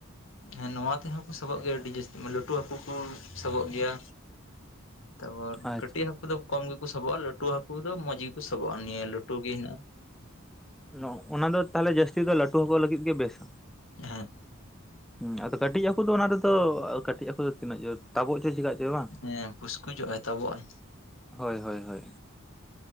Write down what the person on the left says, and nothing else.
ᱦᱮᱸ ᱱᱚᱣᱟ ᱛᱮᱦᱚᱸ ᱠᱚ ᱥᱟᱵᱚᱜ ᱜᱮᱭᱟ ᱟᱹᱰᱤ ᱡᱟᱹᱥᱛᱤ, ᱞᱟᱹᱴᱩ ᱦᱟᱠᱩ ᱠᱚ ᱥᱟᱵᱚᱜ ᱜᱮᱭᱟ᱾ ᱛᱟᱨᱯᱚᱨ
ᱠᱟᱹᱴᱤᱡ ᱦᱟᱹᱠᱩ ᱫᱚ ᱠᱚᱢ ᱜᱮᱠᱚ ᱥᱟᱵᱚᱜᱼᱟ, ᱞᱟᱹᱴᱩ ᱦᱟᱹᱠᱩ ᱫᱚ ᱢᱚᱡᱽ ᱜᱮᱠᱚ ᱥᱟᱵᱚᱜᱼᱟ, ᱱᱤᱭᱟᱹ ᱞᱟᱹᱴᱩ ᱜᱮ ᱦᱮᱱᱟᱜᱼᱟ᱾
ᱦᱮᱸ
ᱦᱮᱸ ᱯᱩᱥᱠᱩᱡᱚᱜᱼᱟᱭ ᱛᱟᱵᱚᱜᱼᱟᱭ᱾